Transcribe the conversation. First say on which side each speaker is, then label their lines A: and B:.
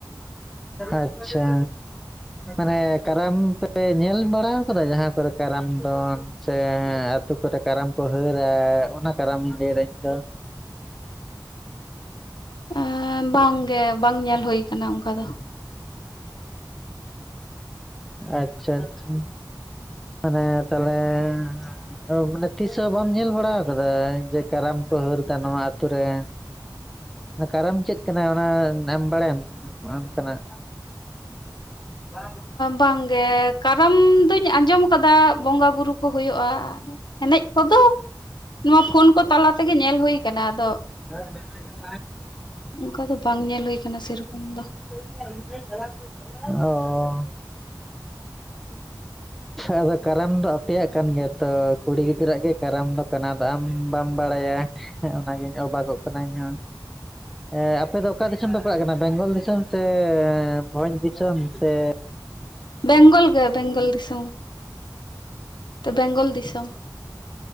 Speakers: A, in the centre; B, on the left.
A: ᱟᱪᱪᱷᱟ᱾ ᱢᱟᱱᱮ ᱠᱟᱨᱟᱢ ᱯᱮ ᱧᱮᱞ ᱵᱟᱲᱟᱣ ᱠᱟᱫᱟ? ᱡᱟᱦᱟᱸ ᱠᱚᱨᱮ ᱠᱟᱨᱟᱢ ᱫᱚᱱ᱾ ᱥᱮ ᱟᱛᱩ ᱠᱚᱨᱮ ᱠᱟᱨᱟᱢ ᱠᱚ ᱦᱟᱹᱨᱮ ᱚᱱᱟ ᱠᱟᱨᱟᱢᱤᱧ ᱞᱟᱮᱭᱫᱟ ᱤᱧ ᱫᱚ᱾
B: ᱟ ᱵᱟᱝᱜᱮ ᱵᱟᱝ ᱧᱮᱞ ᱦᱳᱭ ᱠᱟᱱᱟ ᱚᱝᱠᱟ ᱫᱚ᱾
A: ᱟᱪᱪᱷᱟ ᱟᱪᱪᱷᱟ᱾ ᱢᱟᱱᱮ ᱛᱟᱦᱚᱞᱮ ᱟᱫᱚ ᱢᱟᱱᱮ ᱛᱤᱥ ᱦᱚᱸ ᱵᱟᱢ ᱧᱮᱞ ᱵᱟᱲᱟᱣ ᱠᱟᱫᱟ ᱡᱮ ᱠᱟᱨᱟᱢ ᱠᱚ ᱦᱟᱹᱨ ᱮᱫᱟ ᱱᱚᱣᱟ ᱟᱛᱳ ᱨᱮ᱾ ᱚᱱᱟ ᱠᱟᱨᱟᱢ ᱪᱮᱫ ᱠᱟᱱᱟ? ᱚᱱᱟ ᱟᱢ ᱵᱟᱲᱟᱭᱟᱢ ᱚᱱᱠᱟᱱᱟᱜ <inaudible>
B: ᱵᱟᱝᱜᱮ ᱠᱟᱨᱟᱢ ᱫᱩᱧ ᱟᱸᱡᱚᱢ ᱠᱟᱫᱟ᱾ ᱵᱚᱸᱜᱟ ᱵᱩᱨᱩ ᱠᱚ ᱦᱳᱭᱳᱜ-ᱟ, ᱮᱱᱮᱡ ᱠᱚᱫᱚ ᱱᱚᱣᱟ ᱯᱷᱳᱱ ᱠᱚ ᱛᱟᱞᱟ ᱛᱮᱜᱮ ᱧᱮᱞ ᱦᱳᱭ ᱠᱟᱱᱟ ᱟᱫᱚ
A: <unintelligible>
B: ᱚᱝᱠᱟ ᱫᱚ ᱵᱟᱝ ᱧᱮᱞ ᱦᱳᱭ ᱠᱟᱱᱟ ᱥᱮᱨᱚᱠᱚᱢ ᱫᱚ᱾
A: ᱚᱻ᱾ ᱟᱫᱚ ᱠᱟᱨᱟᱢ ᱫᱚ ᱟᱯᱮᱭᱟᱜ ᱠᱟᱱ ᱜᱮᱭᱟ ᱛᱚ᱾ ᱠᱩᱲᱤ ᱜᱤᱫᱽᱨᱟᱹᱣᱟᱜ ᱜᱮ ᱠᱟᱨᱟᱢ ᱫᱚ ᱠᱟᱱᱟ ᱟᱫᱚ ᱟᱢ ᱵᱟᱢ ᱵᱟᱲᱟᱭᱟ᱾ ᱮᱸ ᱚᱱᱟᱜᱤᱧ ᱚᱵᱟᱜᱚᱜ ᱠᱟᱱᱟ ᱤᱧᱦᱚᱸ ᱮᱸ ᱟᱯᱮ ᱫᱚ ᱚᱠᱟ ᱫᱤᱥᱚᱢ ᱯᱮ ᱯᱟᱲᱟᱜ ᱠᱟᱱᱟ ᱵᱮᱝᱜᱚᱞ ᱫᱤᱥᱚᱢ ᱥᱮ ᱵᱷᱚᱸᱡᱽ ᱫᱤᱥᱚᱢ ᱥᱮ
B: ᱵᱮᱝᱜᱚᱞ ᱜᱮ ᱵᱮᱝᱜᱚᱞ ᱫᱤᱥᱚᱢ᱾ ᱵᱮᱝᱜᱚᱞ ᱫᱤᱥᱚᱢ᱾